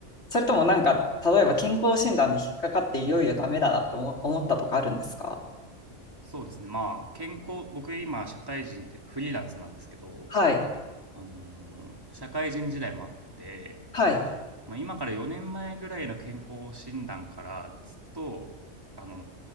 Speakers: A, on the left; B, on the right.
A: それともなんか、例えば健康診断で引っかかっていよいよダメだなと思思ったとかあるんですか
B: そうですね。まあ、健康、僕今社会人っていうかフリーランスなんですけど、
A: はい。
B: あのー社会人時代もあって、
A: はい。
B: まあ今から4年前ぐらいの健康診断からずっと、あの